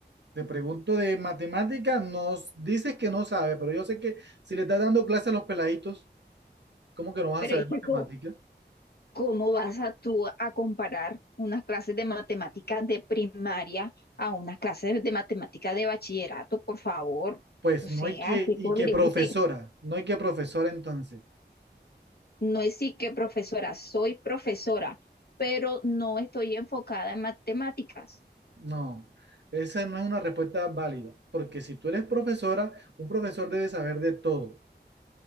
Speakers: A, on the right (about 75°); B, on the left (about 60°).
A: Te pregunto de matemáticas. nos dices que no sabes, pero yo sé que si le estás dando clases a los peladitos, ¿cómo que no vas
B: Pero
A: a saber
B: es que
A: matemáticas?
B: co- ¿Cómo vas a tú a comparar unas clases de matemáticas de primaria a unas clases de matemáticas de bachillerato, por favor?
A: Pues
B: O sea,
A: no hay que,
B: qué
A: y
B: coherente.
A: que profesora, no hay que profesora entonces.
B: No es sí que profesora, soy profesora, pero no estoy enfocada en matemáticas.
A: No, esa no es una respuesta válida, porque si tú eres profesora, un profesor debe saber de todo.